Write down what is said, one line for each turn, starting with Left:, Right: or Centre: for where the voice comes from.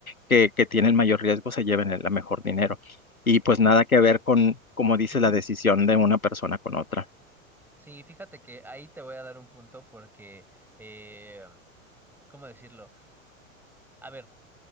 Left: que, que tiene el mayor riesgo se lleven el la mejor dinero. Y pues
Centre: Y,
Left: nada que ver con, como dice,
Centre: ujú.
Left: la decisión de una persona con otra.
Centre: Sí, fíjate que ahí te voy a dar un punto porque, eh, ¿cómo decirlo? A ver.